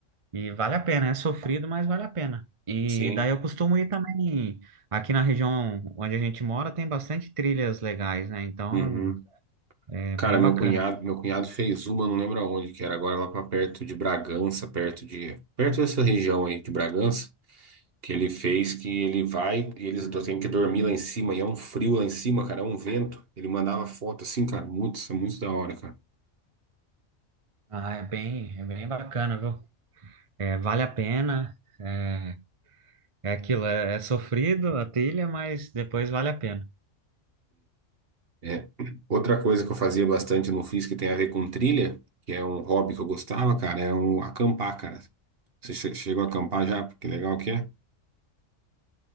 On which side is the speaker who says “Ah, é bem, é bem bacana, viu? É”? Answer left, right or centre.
Right